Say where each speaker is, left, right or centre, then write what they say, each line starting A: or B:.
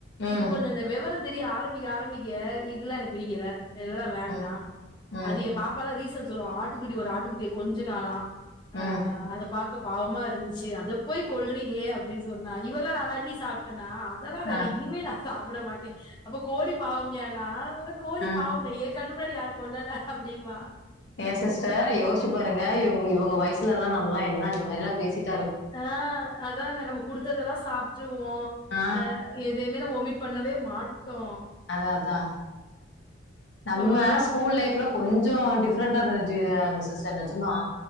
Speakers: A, on the left (about 65°); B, on the left (about 25°).
A: ம்
B: இப்பொ கொஞ்சொ அந்த வெவரொ தெரிய ஆரம்பிக்க ஆரம்பிக்க இதுல்லா எனக்கு பிடிக்கல என இதெல்லா வேண்டா
A: ம் ம்
B: அது ஏம் பாப்பால்லா ரீசன் சொல்லுவா ஆட்டுக்குட்டி ஒரு ஆட்டுக்குட்டிய கொஞ்சுனாலா ஆ
A: ம்
B: அத பாக்க பாவமா இருந்ச்சு அதப் போய் கொல்றீங்ளே அ ப்டின் சொன்னா இவள்நாள் அதாண்டி சாப்ட்டனா அதெல்லா வேற
A: ஆ
B: இனிமே நா சாப்ட மாட் அப்ப கோழி பாவம்லையானா கோழி
A: ஆ
B: பாவமில்ல ஏங் கண்ணு முன்னாடி யாரு கொல்லல அப்டின்னுவா
A: ஏ சிஸ்டர் யோஷ்ச்சி பாருங்க இவ்ங் இவ்ங்க வயசுலல்லா நம்மலா என்ன இந்த மாரில்லா பேசிர்
B: ஆ அதான நம்ம குடுத்ததெல்லா சாப்ட்ருவோ
A: ஆ
B: அ எதையுமே நம்ம ஒமிட் பண்ணவே மாட்டோ
A: அதா அதா நம்ம
B: இவங்கலாம்
A: ஸ்கூல் லைஃப்ல கொஞ்சொ டிஃப்ரெண்டா இந்த <unintelligible> நெஜமா